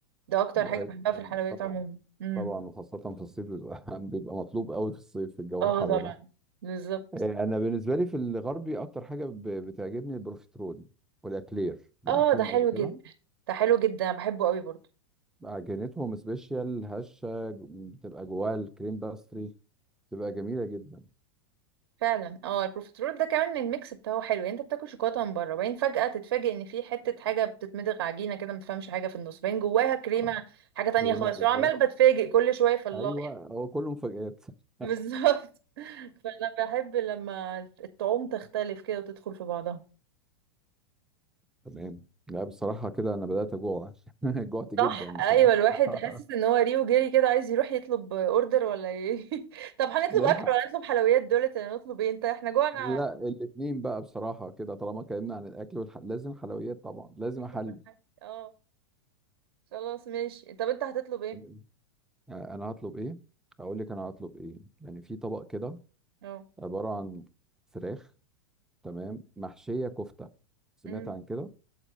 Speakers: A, on the right; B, in the centre.
A: ده أكتر
B: الايفون
A: حاجة بحبها في الحلويات
B: طبعا
A: عموما امم
B: طبعا وخاصة في الصيف بيبقى <laughs> بيبقى مطلوب قوي في الصيف في الجو
A: اه
B: الحر
A: طبعا
B: ده
A: بالظبط
B: آه، انا بالنسبة لي في الغربي اكتر حاجة ب- بتعجبني البروفيترول والاكلير جربتيهم
A: اه ده حلو
B: قبل كده
A: جدا ده حلو جدا أنا بحبه قوي برضو
B: عجينتهم سبيشال هشة بتبقى جواها الكريم باستري بتبقى جميلة جدا
A: فعلا اه البروفيترول ده كمان الميكس بتاعه حلو يعني انت بتاكل شوكولاته من بره وبعدين فجاه تتفاجئ ان في حته حاجه بتتمضغ عجينه كده ما تفهمش حاجه في النص باين جواها كريمه
B: اه
A: حاجه تانية
B: كريمة
A: خالص
B: بالظبط
A: وعمال بتفاجئ كل شويه في الله
B: ايوه هو كله مفاجآت <laughs>
A: بالظبط <laughs> فانا بحب لما الطعوم تختلف كده وتدخل في بعضها
B: تمام لا بصراحة كده انا بدأت اجوع <laughs> جوعت جدا
A: صح
B: بصراحة
A: ايوه الواحد
B: <laughs>
A: حاسس ان هو ريو جري كده عايز يروح يطلب اوردر ولا ايه <laughs> طب هنطلب
B: نلحق
A: اكل ولا نطلب حلويات دولت ولا نطلب ايه انت احنا جوعنا
B: لا الاثنين بقى بصراحة كده طالما اتكلمنا عن الأكل والح... لازم حلويات طبعا لازم
A: ناكل
B: أحل
A: ونحن اه خلاص ماشي طب انت هتطلب ايه
B: تمام. آه، أنا هطلب إيه؟ أقول لك أنا هطلب إيه؟ يعني في طبق كده
A: اه
B: عبارة عن فراخ تمام محشية كفتة سمعت
A: امم
B: عن كده